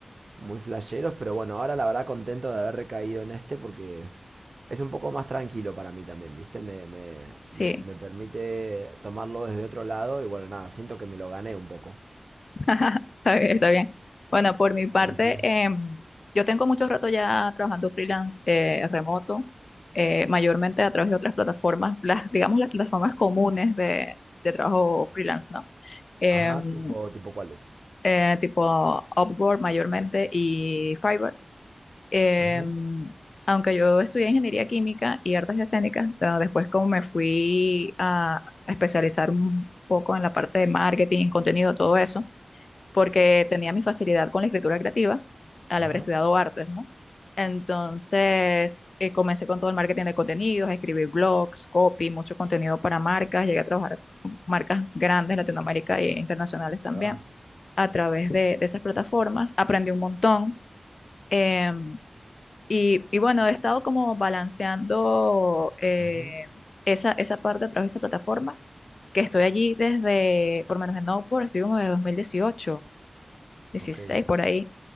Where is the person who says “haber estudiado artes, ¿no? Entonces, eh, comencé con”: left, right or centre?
Left